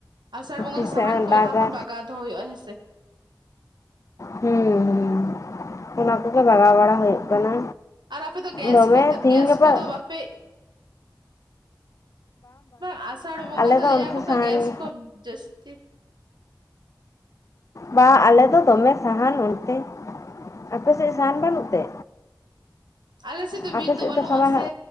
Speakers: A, on the right (about 70°); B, on the left (about 40°).
A: ᱟᱥᱟᱲ ᱵᱚᱸᱜᱟ
B: ᱛᱤᱥᱮᱜ
A: ᱫᱚ ᱥᱟᱦᱟᱱ ᱠᱚ
B: ᱫᱟᱜᱟ
A: ᱞᱟᱦᱟ ᱠᱷᱚᱱ ᱵᱟᱜᱟᱣ ᱫᱚᱦᱚ ᱦᱩᱭᱩᱜᱼᱟ ᱦᱮᱸ ᱥᱮ᱾
B: ᱦᱩᱸ ᱦᱩᱸ ᱚᱱᱟ ᱠᱚᱜᱮ ᱵᱟᱜᱟᱣ ᱵᱟᱲᱟ ᱦᱩᱭᱩᱜ ᱠᱟᱱᱟ᱾
A: ᱟᱨ ᱟᱯᱮ ᱫᱚ ᱜᱮᱥ
B: ᱫᱚᱢᱮ
A: ᱠᱚᱛᱮ
B: ᱛᱤᱦᱤᱧ
A: ᱜᱮᱥ
B: ᱜᱟᱯᱟ
A: ᱠᱚᱫᱚ ᱵᱟᱯᱮ ᱵᱟᱝ ᱟᱥᱟᱲ ᱵᱚᱸᱜᱟ
B: ᱟᱞᱮ
A: ᱫᱚ
B: ᱚᱱᱛᱮ
A: ᱞᱟᱹᱭᱟᱠᱚ
B: ᱥᱟᱦᱟᱱ
A: ᱛᱚ ᱜᱮᱥ ᱠᱚ ᱡᱟᱹᱥᱛᱤ
B: ᱵᱟ ᱟᱞᱮ ᱫᱚ ᱫᱚᱢᱮ ᱥᱟᱦᱟᱱ ᱚᱱᱛᱮ ᱟᱯᱮᱥᱮᱫ ᱥᱟᱦᱟᱱ ᱵᱟᱹᱱᱩᱜ ᱛᱮ?
A: ᱟᱞᱮᱥᱮᱫ ᱫᱚ
B: ᱟᱯᱮ
A: ᱵᱤᱨ ᱫᱚ
B: ᱥᱮᱫ
A: ᱵᱟᱹᱱᱩᱜᱼᱟ
B: ᱥᱟᱢᱟᱭ
A: ᱥᱮ